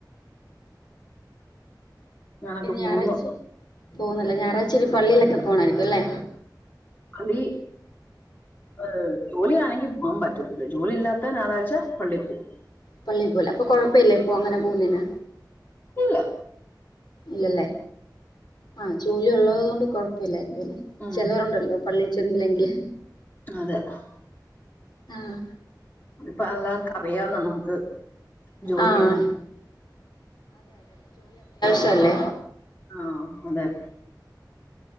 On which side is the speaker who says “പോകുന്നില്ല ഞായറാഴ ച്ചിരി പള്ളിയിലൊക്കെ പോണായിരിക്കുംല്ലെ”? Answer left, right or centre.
Left